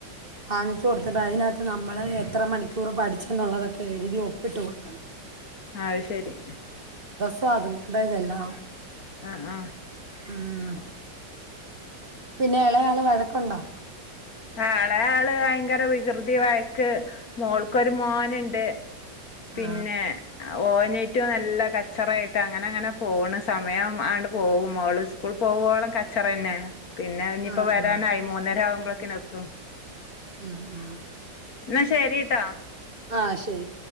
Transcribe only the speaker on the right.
വാങ്ങിച്ചു കൊടുത്തിട്ട് അതിനകത്ത് നമ്മള് എത്ര മണിക്കൂർ പഠിച്ചെന്നുള്ളതൊക്കെ എഴുതി ഒപ്പിട്ട് കൊടുക്കണം
സ്വാദും ബേജ ല്ലാ
ഉം പിന്നെ ഇളയാള് വഴ കൊണ്ടൊ
ആ
ആ
ആ
ഉം ഉം
ആഹ് ശെരി